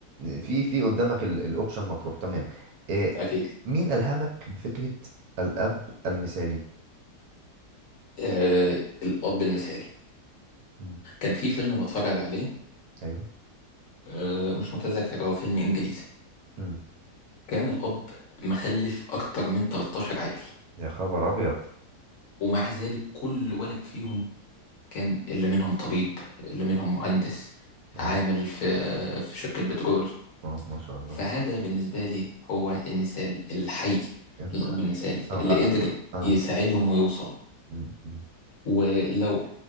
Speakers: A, on the right; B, on the left.
A: في في قدامك ال- الاوبشن مطروح تمام إيه
B: أكيد
A: مين ألهمك بفكرة الأب المثالي
B: آه الأب المثالي
A: مم.
B: كان في فيلم بتفرج عليه
A: ايوه
B: آه مش متذكر هو فيلم إنجليزي
A: مم.
B: كان الأب مخلف أكتر من 13 عيل
A: يا خبر ابيض
B: ومع ذلك كل ولد فيهم كان اللي منهم طبيب اللي منهم مهندس
A: اه
B: عامل في في شركة بترول
A: اه ما شاء الله
B: فهذا بالنسبة لي هو المثال الحي
A: انت
B: للأب المثالي
A: اه
B: اللي
A: اه,
B: قدر
A: آه.
B: يساعدهم ويوصلوا
A: مم. مم.
B: ولو